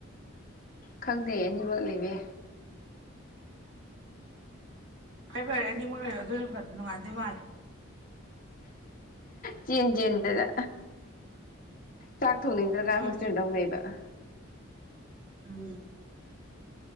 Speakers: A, on the left; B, on the right.
A: ꯈꯪꯗꯦ ꯑꯅꯤꯃꯛ ꯂꯩꯕ
B: ꯐꯥꯏ ꯐꯔ ꯑꯦꯅꯤꯃꯣꯔ ꯀ ꯑꯗꯨꯅ ꯐꯅꯅꯨꯡꯉꯗ ꯃꯥ
A: ꯆꯤꯟ ꯆꯖꯤꯗꯗ ꯆꯥꯛ ꯊꯣꯡꯅꯤꯡꯗ꯭ꯔꯒ
B: ꯍꯨꯝ
A: ꯍꯣꯁꯇꯦꯜ ꯇꯧꯅꯩꯕ ꯍ
B: ꯎꯝ